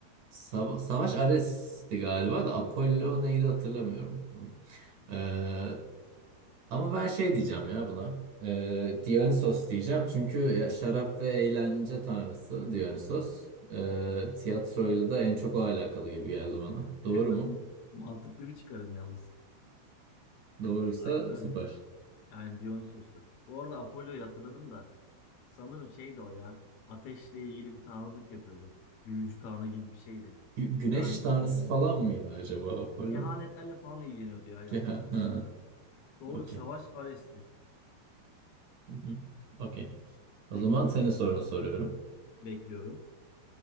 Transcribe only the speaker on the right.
Sava- Savaş Ares'ti galiba da Apollo neydi hatırlamıyorum. Ee, ama ben şey diyeceğim ya buna. Ee, Dionysos diyeceğim çünkü ya şarap ve eğlence tanrısı Dionysos. Ee, tiyatroyla da en çok o alakalı gibi geldi bana.
Doğru
mu?
Doğruysa
süper.
Gü- güneş
tanrısı falan
mıydı acaba Apollo?
Ki ha,
ha,
okey.
Hı hı, Okey. O
zaman senin sorunu soruyorum.